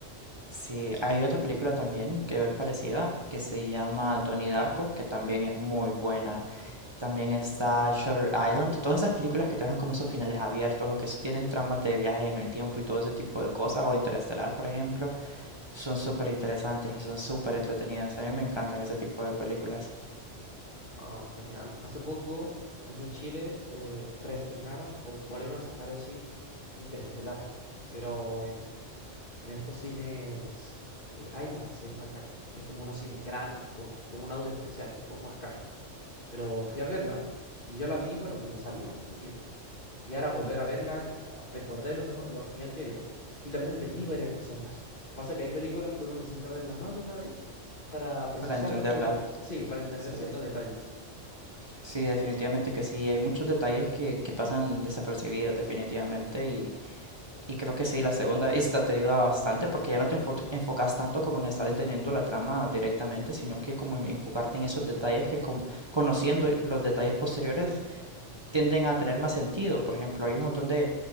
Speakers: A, on the right (about 20°); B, on the left (about 45°).
A: Sí, hay otra película también que es parecida, que se llama Donnie Darko, que también es muy buena. También está Shutter Island, todas esas películas que te dejan como esos finales abiertos o que s- tienen tramas de viajes en el tiempo y todo ese tipo de cosas, o Interestelar, por ejemplo, son súper interesantes y son súper entretenidas. A mí me encantan ese tipo de películas
B: Oh, genial. Hace poco, aquí en Chile, eh, reestrenaron o volvieron a sacar el cine Interestelar, pero en, en estos cines eh, IMAX se llama acá, que es como unos cines grandes y con, con un audio especial, un poco más caro. Pero fui a verla y yo la vi, bueno, cuando salió, hace tiempo. Y ahora volver a verla, como recordé lo mejor, lo genial que era. Y también entendí varias cosas más. Pasa que hay películas que uno necesita verlas más de una vez para procesarla
A: para entenderla.
B: un poco, sí, para entender
A: Sí.
B: ciertos detalles.
A: Sí, definitivamente que sí. Hay muchos detalles que, que pasan desapercibidos, definitivamente, y Y creo que sí, la segunda vista te ayuda bastante porque ya no te enfo- enfocas tanto como en estar entendiendo la trama directamente, sino que como en enfocarte en esos detalles que como- conociendo los detalles posteriores tienden a tener más sentido. Por ejemplo, hay un montón de,